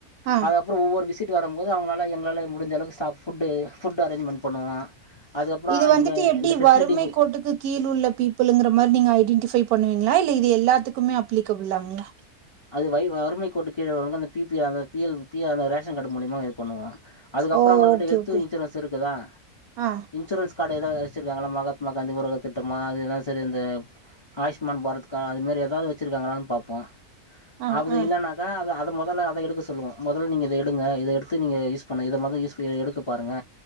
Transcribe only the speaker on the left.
அத ப்புற ஒவ்வொரு விசிட் வரும்போது அவுங்களால எங்களால முடிஞ்ச அளவுக்கு சா ஃபுட்டு ஃபுட்டு அரேஞ்மென்ட் பண்ணுவோ அதுக்கப்புற
இங்க
இந்த ஃபெசிலிட்டி
அது வை வறுமை கோட்டு கீழ உள்ளவுங்க அந்த பி பி ஆ அந்த பி எல் பி அந்த ரேஷன் கார்டு மூலியமா இது பண்ணுவோ அதுக்கப்பறோ
அவுங்க கிட்ட
ஹெல்த்
இன்சூரன்ஸ் இருக்குதா
இன்சூரன்ஸ் கார்டு எத வச்சிருக்காங்களா மக மா காந்தி முருக திட்டமா அதுஎல்லா சரி அந்த ஆயுஷ்மான் பாரத் கார்டு அதுமாரி ஏதாவது வச்சுருக்காங்களானு பாப்போ
அவுது
இல்லனாக் க அத அத மொதல்ல அத எடுக்க சொல்லுவோ மொதல் நீங்க இத எடுங்க இத எடுத்து நீங்க யூஸ் பண்ணு இத மொத யூஸ் ஃபுல இத எடுக்க பாருங்க